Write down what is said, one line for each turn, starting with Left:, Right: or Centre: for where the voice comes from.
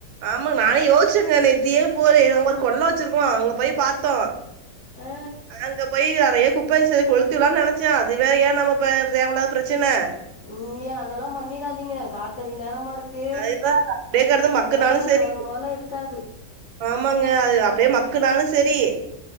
Right: ஆமா நானே யோசிச்சங்க நேத்தி போற ஒரு கொள்ள வெச்சிருக்கோ அங்க போய் பாத்தோ
Left: ஆ
Right: அங்க போயி நெறைய குப்பை இருந்ச்சு அத கொளுத்திவுடலானு நெனச்சே அதுவேற ஏ நம்ம ப தேவல்லாத பிரச்சனை
Left: ம் அதெல்லா பண்ணிடாதிங்க காத்தடி நேரமாருக்கு
Right: அதுதா அப்டியே கெடந்து மக்குனாலு
Left: நேர
Right: செரி
Left: சோறும் போல இருக்காது
Right: ஆமாங்க அது அப்டியே மக்குனாலு செரி